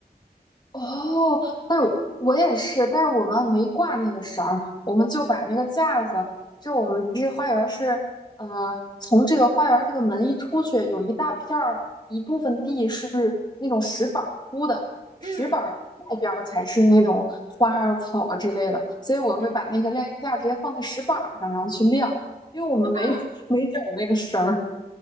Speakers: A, on the left (about 25°); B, on the right (about 45°).
A: 哦，但是我也是，但是我们没挂那个绳儿，我们就把那个架子，就我们这花园儿是，呃，从这个花园儿这个门一出去，有一大片儿一部分地是那种石板儿铺的，石板儿外边儿才是那种花啊、
B: 嗯
A: 草啊之类的，所以我会把那个晾衣架直接放在石板儿上，
B: 嗯
A: 然后去晾，因为我们没有没整那个绳儿，
B: 啊